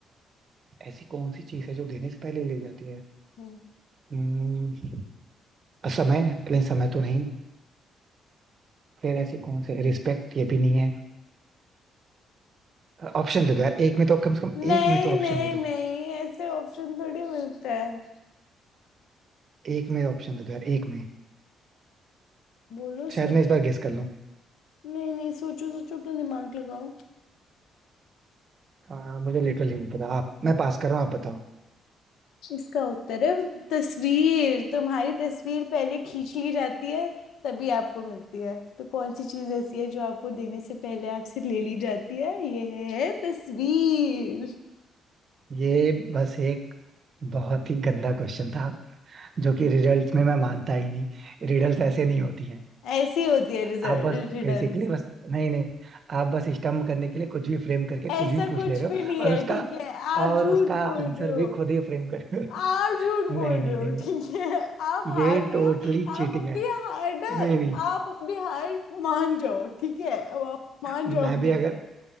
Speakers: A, on the right; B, on the left.
A: ऐसी कौन सी चीज है जो देने से पहले ले जाती है
B: हम्म
A: हम्म, समय नहीं समय तो नहीं फिर ऐसी कौन सी रिस्पेक्ट ये भी नहीं है ऑप्शन दे दो यार एक में तो कम से कम
B: नहीं
A: एक में तो
B: नहीं
A: ऑप्शन दे
B: नहीं
A: दो
B: ऐसे ऑप्शन थोड़ी मिलता है
A: एक में ऑप्शन दे दो यार एक में
B: बोलो
A: शायद
B: सोचो
A: मैं इस बार गेस कर लूं
B: नहीं नहीं सोचो सोचो अपना दिमाग लगाओ
A: आ, मुझे लिटरली नहीं पता आप मैं पास कर रहा हूँ आप बताओ
B: इसका उत्तर है तस्वीर तुम्हारी तस्वीर पहले खींच ली जाती है तभी आपको मिलती है तो कौन सी चीज ऐसी है जो आपको देने से पहले आपसे ले ली जाती है यह है तस्वीर
A: ये बस एक बहुत ही गंदा क्वेश्चन था जो कि रिडल्स में मैं मानता ही नहीं रिडल्स ऐसे नहीं होती हैं
B: ऐसी होती है रिडल्स
A: आप बस बेसिकली बस नहीं नहीं आप बस स्टम्प करने के लिए कुछ भी फ्रेम करके
B: ऐसा
A: कुछ भी पूछ
B: कुछ
A: ले रहे हो
B: भी नहीं
A: और
B: है
A: उसका
B: ठीक है आप
A: और
B: झूठ
A: उसका
B: बोल
A: आंसर
B: रहे हो
A: भी खुद ही फ्रेम कर रहे हो <laughs>
B: आप झूठ बोल
A: नहीं
B: रहे
A: नहीं
B: हो
A: नहीं नहीं
B: ठीक है आप हार
A: ये
B: गए
A: टोटली
B: हो आप
A: चीटिंग
B: अपनी
A: है
B: हार ना
A: नहीं नहीं
B: आप अपनी हार मान जाओ ठीक है अब आप मान
A: मैं
B: जाओ अपनी
A: भी
B: हार
A: अगर